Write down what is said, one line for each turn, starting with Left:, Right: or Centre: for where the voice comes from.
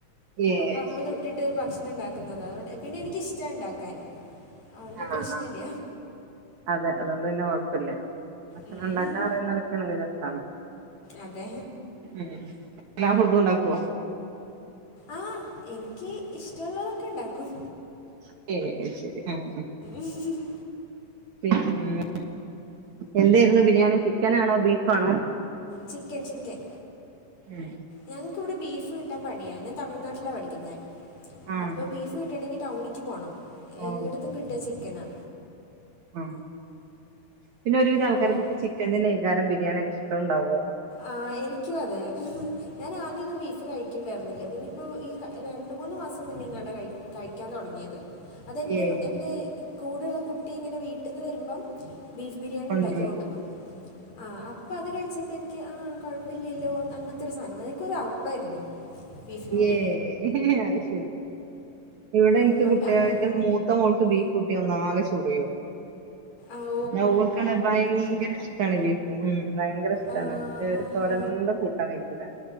Right: ഏഹ്
Left: അപ്പൊ അപ്പൊ
Right: ശരി
Left: തൊട്ടിട്ട് ഭക്ഷ ണണ്ടാക്കുന്നത് അതൊണ്ട് പിന്നെ എനിക്കിഷ്ടണ്ടാക്കാൻ അഓണ്ട്
Right: ആഹ്
Left: പ്രശ്നല്ല
Right: ആഹ് അതെ അതൊണ്ട് വല്യ കൊഴപ്പല്ല ഭക്ഷണംണ്ടാക്കാൻ
Left: ഉം.
Right: അറിയുന്നലൊക്കെണെങ്കി രസാണ്
Left: അതെ
Right: ഉം എല്ലാ ഫുഡുണ്ടാക്കോ
Left: ആഹ് എനിക്ക് ഇഷ്ടമുള്ളതൊക്കെ ണ്ടാക്കും
Right: ശരി ശരി ആഹ് ആഹ്
Left: ശരി ശരി
Right: പിന്നെ എന്തായിരുന്നു ബിരിയാണി ചിക്കനാണോ ബീഫാണോ
Left: ചിക്കൻ ചിക്കൻ
Right: ഉം
Left: ഞങ്ങക്ക്വ്ടെ ബീഫ് കിട്ടാൻ പണിയാ ഞാൻ തമിഴ്നാട്ടിലാ പഠിക്കുന്നേ
Right: ആഹ്
Left: അപ്പൊ ബീഫ്
Right: ശരി
Left: കിട്ടണെങ്കി ടൗണിക്ക് പോണം
Right: ആഹ്
Left: എല്ലായിടത്തും കിട്ട ചിക്കനാ
Right: അഹ് പിന്നെ ഒരുവിധ
Left: അങ്ങനെ
Right: ആൾക്കാർക്കൊക്കെ ചിക്കൻ നൈകാരം ബിരിയാണിക്കെ ഇഷ്ടംണ്ടാവ
Left: ആഹ് എനിക്കു അതെ ഞാൻ ആദ്യംന്നും ബീഫ് കഴിക്ണ്ടായിരുന്നില്ല പിന്നെ ഇപ്പോ ഈ രണ്ട് മൂന്നു മാസം മുന്നെ ങ്ങാണ്ടാ കയി കഴിക്കാൻ തുടങ്ങിയത് അതെൻന്റെ
Right: ഏഹ്
Left: എൻറ കൂടെള്ള കുട്ടി ഇങ്ങനെ വീട്ടിന്ന് വരുമ്പം ബീഫ് ബിരിയാണിണ്ടാക്കി
Right: കൊണ്ടരോ
Left: കൊണ്ടൊന്നു ആഹ് അപ്പ അത് കഴിച്ച പ്പ എനിക്ക് ആഹ് കുഴപ്പല്ല്യല്ലോ അങ്ങൻത്തെ ഒരു സാനം എനിക്കൊരു അറപ്പായിരുന്നു ബീഫിനോട്
Right: ഏഹ് അഹ് ശരി ഇവിടെ
Left: അപ്പം
Right: ഇൻക്ക് കുട്ട്യേ
Left: അങ്-
Right: ന്റെ മൂ ത്ത മോൾക്ക് ബീഫ് കൂട്ടിയ ഒന്നാകെ ചൊറിയും
Left: ആഹ്
Right: ഞാൻ ഓൾ കാണേ ഭയങ്കര ഇഷ്ടമണ് ബീഫ് ഉം ഭയങ്കര ഇഷ്ടണ്
Left: ആ
Right: ഏറ്
Left: ഹാ
Right: കോരന്തും
Left: ഹാ
Right: കൂട്ടാൻ വയിക്കൂട